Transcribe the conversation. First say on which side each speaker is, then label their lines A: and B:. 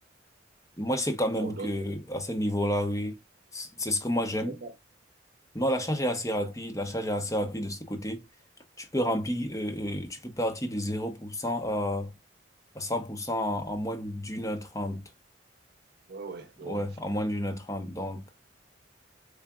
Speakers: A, on the left (about 15°); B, on the right (about 55°).
A: moi c'est quand même
B: Wow, donc,
A: que à ce niveau-là, oui, c- c'est ce que moi j'aime.
B: ça va pas.
A: Non, la charge est assez rapide. La charge est assez rapide de ce côté. Tu peux remplir, euh, euh, tu peux partir de zéro pour cent à à 100% en en moins d'une heure trente.
B: Ouais, ouais,
A: Ouais,
B: ouais.
A: en moins d'une heure trente. Donc